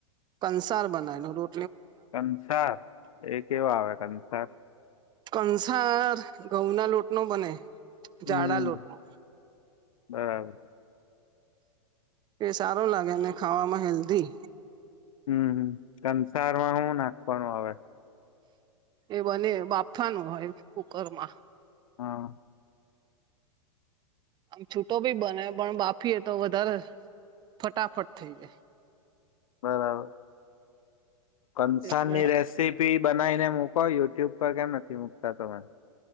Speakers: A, on the right; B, on the left.
A: કંસાર બનાવ્યો.
B: કંસાર એ કેવા આવે કંસાર.
A: કંસાર ઘઉં ના લોટ નો બને.
B: હમ
A: જાડા લોટનું.
B: બરાબર
A: એ સારો લાગે અને ખાવામાં હેલ્ધી.
B: હમ કસારમાં શું નાખવાનું આવે?
A: એ બને બાફાનું હોય કુકરમાં.
B: હા
A: આમ છૂટો ભી બને પણ બાફીએ તો વધારે ફટાફટ થઈ જાય.
B: બરાબર, કંસારની
A: એટલે
B: રેસીપી બનાવીને ક યુટ્યુબ પર કેમ નથી મુકતા તમે?